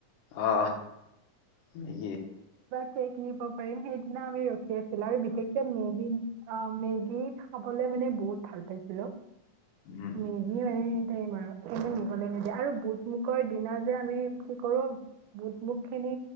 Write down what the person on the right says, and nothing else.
চেক নিব পাৰিম সেইটো সেই দিনা আমি ৰখি আছিলো আৰু বিশেষ কে মেগী অ মেগী খাবলে মানে বহুত ভাল পাইছিলো
মেগি মানে পাৰিম আৰু এনে নিবলৈ নিদিয়ে আৰু বুটমুকৰৰ দিনা যে আমি কি কৰো বুট মুুখ খিনি